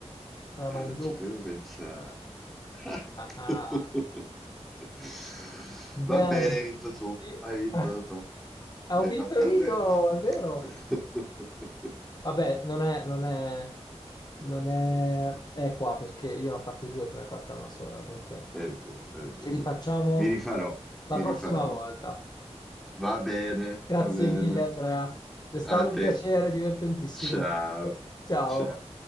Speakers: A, on the left; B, in the centre.
A: La
B: Eh,
A: mangiucchi.
B: non ci avevo pensato. <laughs>
A: Ah, ah. Bene.
B: Va bene, hai vinto tu,
A: Io-
B: hai vinto
A: ah,
B: tu, mi
A: ho
B: hai
A: vinto
B: fatto
A: io,
B: arrendere.
A: è vero.
B: <laughs>
A: Vabbè, non è, non è, non è equa perché io ne ho fatte due, tu ne hai fatta una sola, dunque
B: È vero, è vero.
A: ce li facciamo
B: Mi rifarò,
A: la
B: mi
A: prossima
B: rifarò.
A: volta.
B: Va bene,
A: Grazie
B: va bene.
A: mille, Andrea. È stato
B: A
A: un
B: te.
A: piacere, divertentissimo.
B: Ciao.
A: Ciao.
B: Ciao.